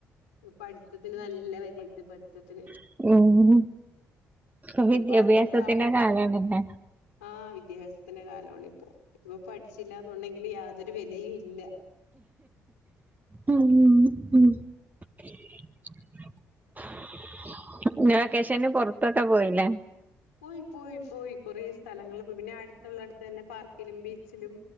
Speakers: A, on the left; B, on the right.
A: പഠിത്തത്തിന് നല്ല വിലയ്ണ്ട് പഠിത്തത്തിന്.
B: ഉം ഇപ്പൊ വിദ്യാഭ്യാസത്തിന്റെ
A: അപ്പൊ അതുകൊണ്ട് ആൾ,
B: കാലാണല്ലേ
A: ആ വിദ്യാഭ്യാസത്തിന്റെ കാലവാണ്. ഇപ്പൊ പഠിച്ചില്ല എന്നുണ്ടെങ്കില് യാതൊരു വിലയും ഇല്ല.
B: ഉം. ഉം. <unintelligible> വെക്കേഷന് പൊറത്തോക്കെ പോയിലേ.
A: പോയി പോയി പോയി കൊറേ സ്ഥലങ്ങളിൽ പോയി പിന്നെ അടുത്തുള്ള അടുത്ത് തന്നെ പാർക്കിലും ബീച്ചിലും.